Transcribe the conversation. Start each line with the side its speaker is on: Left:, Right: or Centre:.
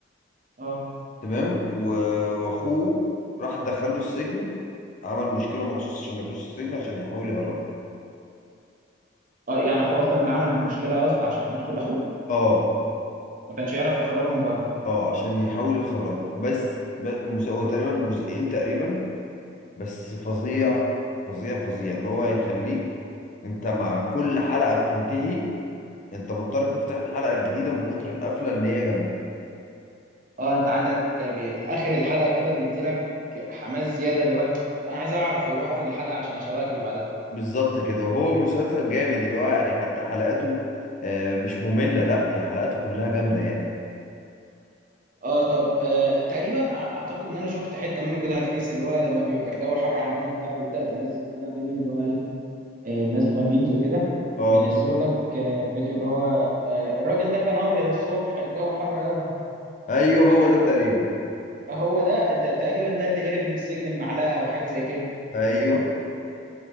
Right: اه
Left: تمام و- واخوه راح دخله السجن عمل مشكلة مخصوص عشان يخش السجن عشان يحاول يهربه
Right: اه يعني اخوه اصلا اللي عمل المشكله قصد عشان يدخل لاخوه
Left: اه
Right: ما كانش يعرف يخرجه من بره
Left: اه عشان يحاول يخرجه بس ب... المس- هو تقريبا جزئين تقريبا بس فظيع فظيع فظيع اللي هو هيخليك انت مع كل حلقة بتنتهي انت مضطر تفتح الحلقة الجديدة من كتر القفلة ان هي جامدة
Right: اه انت عندك بي- اخر الحلقه كده بيدي لك حماس زياده اللي هو انا عايز اعرف فيروح قافل الحلقه عشان يشوقك اللي بعدها
Left: بالظبط كده وهو مسلسل جامد اللي هو يعني حتى حلقاته آه، مش مملة لا هي حلقاته كلها جامدة يعني
Right: اه طب آه تقريبا أع- اعتقد ان انا شفت حته منه كده على الفيس اللي هو لما بيبقى الجو حر عندنا وبتاع بيبدا ينزل كده فيديو اللي هو ايه آه، الناس بتوع الميمز وكده
Left: اه
Right: بينزلوا لك آه فيديو اللي هو آه الراجل ده كان ابيض الصبح الجو حر قوي
Left: ايوه
Right: مش
Left: هو
Right: عارف
Left: ده
Right: ايه
Left: تقريبا
Right: هو ده ده تقريبا ده اللي هرب من السجن بمعلقه او حاجه زي كده
Left: ايوه